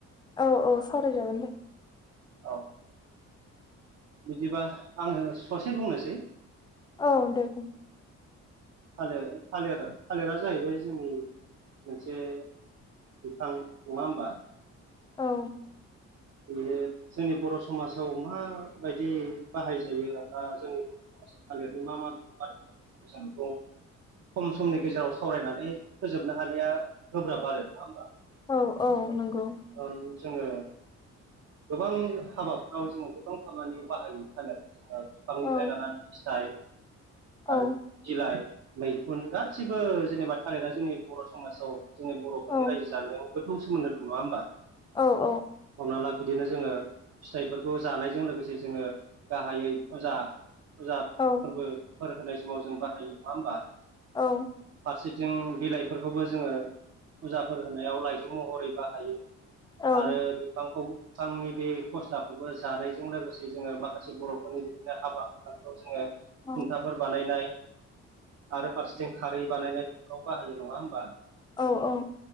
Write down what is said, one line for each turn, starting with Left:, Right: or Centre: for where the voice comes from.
Left: औ औ सावराय जागोन दे।
Right: औ बिदिबा आङो ससे बुंनोसै।
Left: औ दे बुं
Right: थालिर थालिर थालिरा जाहैबाय जोंनि मोनसे बिफां नङा होमबा
Left: औ
Right: बेयो जोंनि बर' समाजाव माबायदि बाहायजायो दा जोंनि। थालिरनि मा मा माेनो <unintelligible> खम समनि गेजेराव सावरायनानै फोजोबनो हानाया गोब्राब आरो नङा होमबा?
Left: औ औ नंगौ
Right: खारन जोङो गोबां हाबाफ्राव जोङो गोबां खामानियाव बाहायो थालिर बिफा बिफांनिफ्राय
Left: औ
Right: लानानानै फिथाइ। <inaudible> आरो
Left: औ
Right: बिलाइ मैखुन गासिबो जेनेबा थालिरा जोंनि बर' समाजाव। जोंनि बर'फोरनि
Left: औ
Right: रायजो जानायाव गोथौ सोमोन्दो दं नङा होमबा?
Left: औ
Right: हमना ला बिदिनो जोङो फिथाइफोरखौ जानायजों लोगोसे जोङो गाहायै खला। फुजा फोरबोफोर
Left: औ
Right: होनाय समाव जों बाहायो नङा होमबा?
Left: औ
Right: फारसेथिं बिलाइफोरखौबो जोङो फुजाफोर होनायाव लाइजौ महरै बाहायो।
Left: औ
Right: आरो बिफांखौ बिफांनि बे फस्लाखौबो जानायजों लोगोसे जोङो माखासे बर'फोरनि बिदिनो हाबा। फोराव जोङो खुन्थाफोर
Left: औ
Right: बानायनाय। आरो फारसेथिं खारै बानायनायफोराव बाहायो नङा होमबा?
Left: औ औ